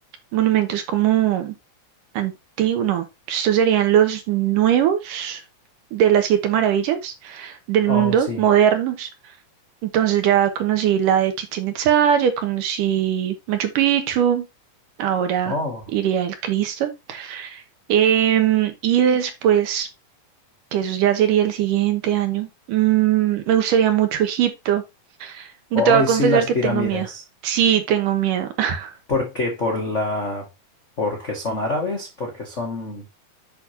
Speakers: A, on the right; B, on the left.
A: monumentos como antiguos, no, estos serían los nuevos de las siete maravillas del
B: Oh,
A: mundo,
B: sí.
A: modernos. Entonces ya conocí la de Chichén Itzá, ya conocí Machu Picchu, ahora
B: Oh,
A: iría al Cristo. Em, y después que eso ya sería el siguiente año. Mm, me gustaría mucho Egipto. Te
B: oh,
A: voy a
B: y
A: confesar
B: sí, las
A: que
B: pirámides.
A: tengo miedo. Sí, tengo miedo. <laughs>
B: ¿Por qué? Por la, porque son árabes, porque son,